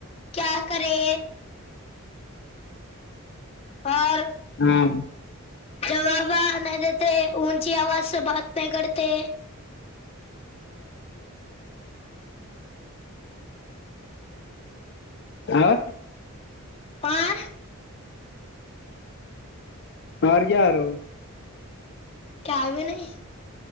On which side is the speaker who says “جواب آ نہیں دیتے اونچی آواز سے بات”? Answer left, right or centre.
Left